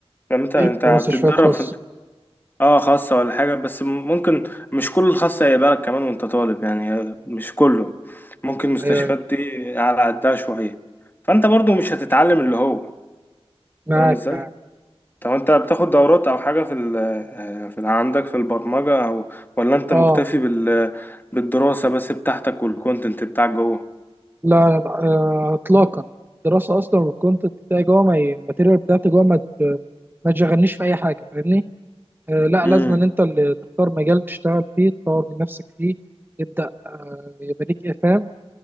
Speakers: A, on the left; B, on the right.
A: يعني انت انت
B: أيوة، مستشفيات
A: بتتدرب
B: خاصه
A: في انت اه خاصة ولا حاجة بس ممكن مش كل الخاصة هيبقى لك كمان وانت طالب يعني مش كله ممكن مستشفيات
B: ايوه ايوه
A: دي على قدها شوية فانت برضو مش هتتعلم اللي هو
B: معاك
A: فاهم ازاي
B: معاك
A: طب انت بتاخد دورات او حاجة في ال آه، في ال- عندك في البرمجة او ولا انت مكتفي
B: اه
A: بال بالدراسة بس بتاعتك والكونتنت بتاعك جوه
B: لا لا لا، آه، اطلاقا الدراسه اصلا والكونتنت بتاعي جوه ما ي- الماتيريال بتاعتي جوه ما ت- ما تشغلنيش في اي حاجه فاهمني آه، لا
A: امم
B: لازم ان انت اللي تختار مجال تشتغل فيه تطور من نفسك فيه تبدا آه، يبقى ليك افهام